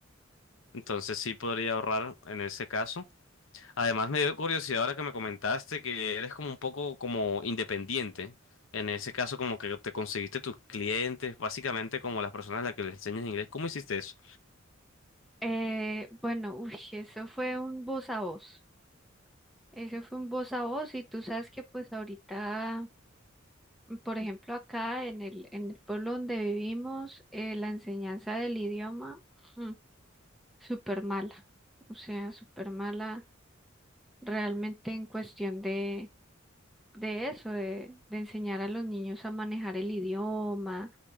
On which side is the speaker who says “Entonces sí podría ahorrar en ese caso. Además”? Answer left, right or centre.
Left